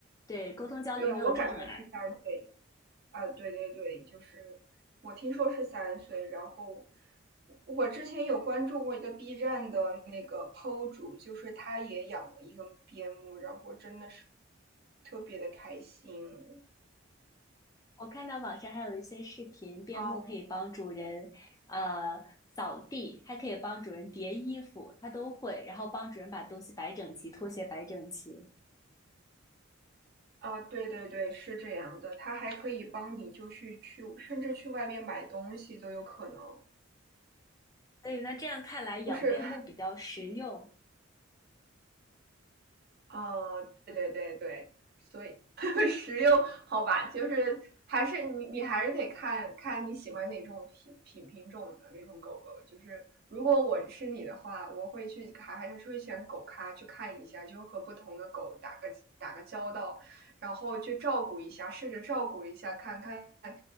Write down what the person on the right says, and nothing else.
对我感觉是三岁。啊，对对对，就是我听说是三岁，然后我之前有关注过一个 B 站的那个 PO 主，就是他也养了一个边牧，然后真的是特别的开心。
啊
啊，对对对，是这样的，他还可以帮你就去去，甚至去外面买东西都有可能，
就是哦，对对对对，所以 <laughs> 实用好吧，就是还是你你还是得看看你喜欢哪种品品品种的那种狗狗。就是如果我是你的话，我会去还还是会选狗咖去看一下，就和不同的狗打个打个交道，然后去照顾一下，试着照顾一下，看看